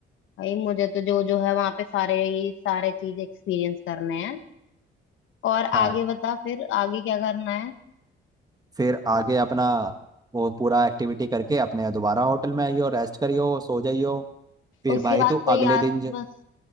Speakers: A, on the left; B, on the right.
A: भाई मुझे तो जो जो है वहां पे सारे ये सारे चीज एक्सपीरियंस करने हैं और
B: हाँ
A: आगे बता फिर आगे क्या करना है
B: फिर आगे अपना वो पूरा एक्टिविटी करके अपने दोबारा होटल में आइयो रेस्ट करियो सो जाइयो फिर
A: उसके
B: भाई
A: बाद
B: तू
A: कोई
B: अगले
A: आस
B: दिन ज-
A: बस